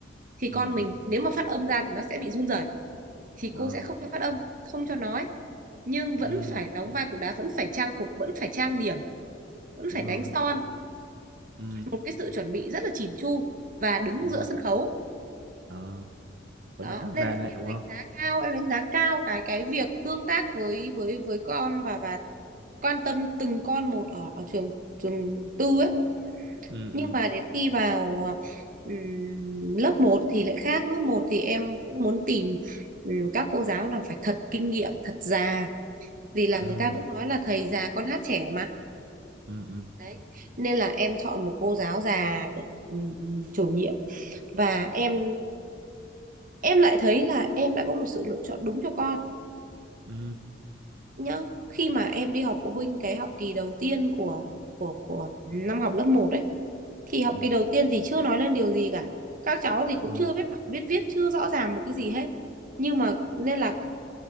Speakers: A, on the right (about 45°); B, on the right (about 65°).
A: thì con
B: ừ
A: mình
B: ừ
A: nếu
B: ừ
A: mà phát âm ra thì nó sẽ bị run rẩy thì cô
B: Ờ,
A: sẽ không cho phát âm không cho nói nhưng vẫn
B: ừ
A: phải đóng vai cục đá vẫn phải trang phục vẫn phải trang điểm vẫn
B: đúng
A: phải
B: rồi
A: đánh son
B: ừ
A: một cái sự chuẩn bị rất là chỉn chu và đứng
B: đúng
A: giữa
B: rồi
A: sân khấu
B: Ờ, vẫn
A: đó
B: phải tham
A: nên
B: gia đấy
A: em
B: đúng
A: đánh
B: không?
A: giá cao em đánh giá cao cái cái việc tương tác với với với con và và quan tâm từng con một ở ở trường trường tư ấy
B: ừ
A: nhưng
B: ừ
A: mà đến khi vào ừm, lớp một thì lại khác lớp một thì em cũng muốn tìm ừm, các cô giáo nào phải thật kinh nghiệm thật già vì là
B: ừ
A: người ta vẫn nói là thầy già con hát trẻ mà
B: ừ ừ
A: đấy nên là em chọn một cô giáo già để ừm, chủ nhiệm và em em lại thấy là em đã có một sự lựa chọn đúng cho con
B: ừ
A: nhá khi mà em đi họp phụ huynh cái học kỳ đầu tiên của của của năm học lớp một đấy thì học
B: ừ
A: kỳ đầu tiên thì chưa nói lên điều gì cả các cháu thì cũng
B: ừ
A: chưa biết đọc biết viết chưa rõ ràng một cái gì hết nhưng mà nên là